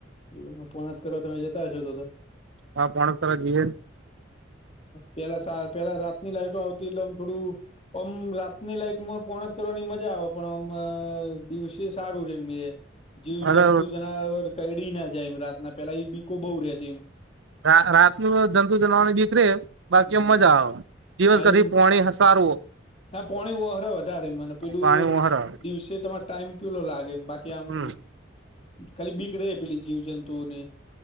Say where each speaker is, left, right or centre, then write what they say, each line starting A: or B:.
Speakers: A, on the left; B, on the right.
A: એવ ફોન જ કરવા તમે જતા હશો તો તો
B: આ પોણક તરફ જઈએ
A: પેલા સાત પેલા રાત ની લાઈટો આવતી એટલે આમ થોડું આમ રાતની લાઈટમાં પોણ જ કરવાની મજા આવે પણ આમ દિવસે સારું રે એમની એ જીવ
B: અરે
A: જંતુ જનાવર કેડી ના જાય એમ રાતના પેલા એ બીકો બહુ રેતી એમ
B: રા રાત નું જંતુ જનવાની બીક રે
A: એમ
B: બાકી મજા આવે દિવસ ઘથી
A: એમ
B: પોણી હસારવું
A: ના પોણી ઓરે વધારે મને પેલું
B: પાણી ઓહરા
A: દિવસે તમારે ટાઈમ પેલો લાગે બાકી આમ.
B: હમ
A: ખાલી બીક રહે પેલી જીવજંતુઓની.